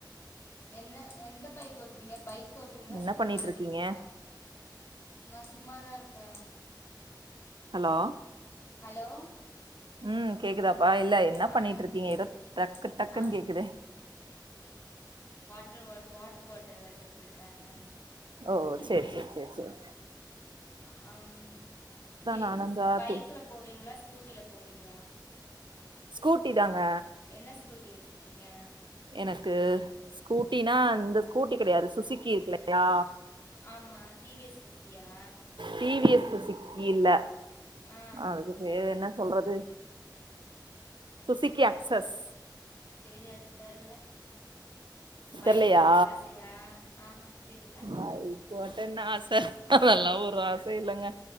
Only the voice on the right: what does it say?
என்ன
பண்ணிட்டு
இருக்கீங்க
ஹலோ
ம் கேக்குதாப் ப்பா இல்ல என்னா
பண்ணிட்ருக்கீங்க
ஏதோ
ட்ரக்கு டக்குன்னு
கேக்குதே
ஓ சரி சரி சரி சரி
நானுந்தா
து
ஸ்கூட்டி தாங்க
எனக்கு ஸ்கூட்டினா இந்த ஸ்கூட்டி கிடையாது சுசிக்கி இருக்குலையா
டி வி எஸ் சுசுக்கி இல்ல
அதுக்கு பேரு என்ன சொல்றது சுசிக்கி அக்ஸஸ்
தெர்லையா
பைக் ஓட்டன்னு ஆச அதெல்லா ஒரு ஆசையு இல்லங்க